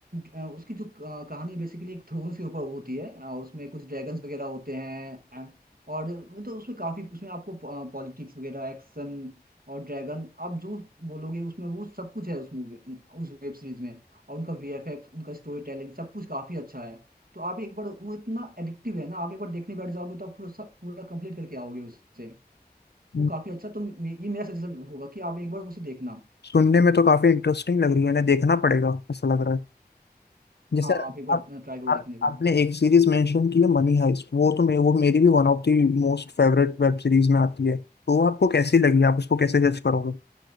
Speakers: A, on the right; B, on the left.
A: अ, उसकी जो अ, कहानी बेसिकली एक थ्रोन्स के ऊपर होती है और उसमें कुछ ड्रैगन्स वगैरह होते हैं अ, और तो उसमें काफ़ी उसमें आपको पॉलिटिक्स वगैरह एक्शन और ड्रैगन आप जो बोलोगे उसमें वो सब कुछ है उस मूवी उस वेब सीरीज में और उनका वीएफएक्स उनका स्टोरी टेलिंग सब कुछ काफ़ी अच्छा है तो आप एक बार वो इतना एडिक्टिव है ना आप एक बार देखने बैठ जाओगे तो आप पूरा सब पूरा कंप्लीट करके आओगे उससे
B: देख
A: वो काफ़ी अच्छा तो मे- ये मेरा सजेशन होगा कि आप एक बार उसे देखना
B: सुनने में तो काफी इंटरेस्टिंग लग रही है ना देखना पड़ेगा ऐसा लग रहा है जैसे
A: हाँ आप एक बार
B: आप
A: ट्राई करो
B: आप
A: देखने
B: आपने
A: का
B: एक सीरीज मेंशन की है मनी हाइस्ट वो तो मे, वो मेरी भी one of the most favourite web series में आती है तो वो आपको कैसी लगी आप उसको कैसे जज करोगे